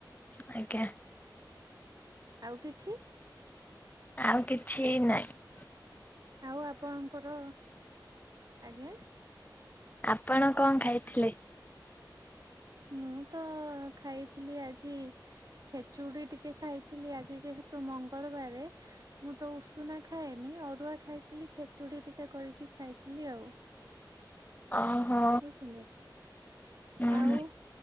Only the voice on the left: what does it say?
ଆଜ୍ଞା।
ଆଉ କିଛି ନାଇଁ।
ଆପଣ କଣ ଖାଇଥିଲେ?
ଓହୋ
ହୁଁ
ହୁଁ